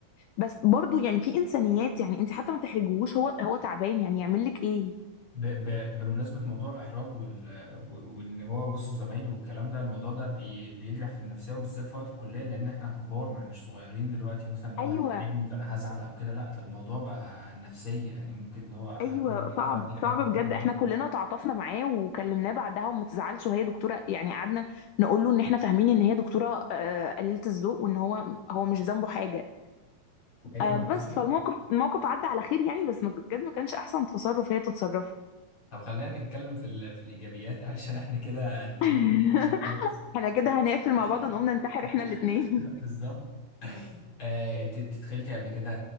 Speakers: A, on the left; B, on the left.
A: بس برضو يعني في انسانيات يعني انت حتى ما تحرجوش هو هو تعبان يعني يعمل لك ايه
B: ب... ب... بمناسبه موضوع الاحراج وال... وان هو وسط زمايله والكلام ده الموضوع ده بي... بيجرح في النفسيه وبالذات في وقت الكليه لان احنا كبار ما احناش صغيرين دلوقتي مثلا لو
A: ايوه
B: هتحرجني فانا هزعل او كده لا ده الموضوع بقى نفسيه يعني ممكن اللي هو ابقى
A: ايوه
B: طول الوقت
A: صعب
B: بقى في حاجه
A: صعب بجد
B: كده
A: احنا كلنا تعاطفنا معاه وكلمناه بعدها وما تزعلش وهي دكتوره يعني قعدنا نقول له ان احنا فاهمين ان هي دكتوره آه، قليله الذوق وان هو هو مش ذنبه حاجه
B: ايوه
A: آه،
B: ما
A: بس
B: بس
A: فالموقف الموقف عدى على خير يعني بس ما- بجد ما كانش احسن تصرف هي تتصرفه
B: طب خلينا نتكلم في ال... في الايجابيات <laughs> علشان احنا كده الدنيا
A: <laughs>
B: بايظة خالص
A: احنا كده هنقفل مع
B: <laughs>
A: بعض ونقوم ننتحر احنا الاثنين
B: بالظبط آه، انت انت دخلتي قبل كده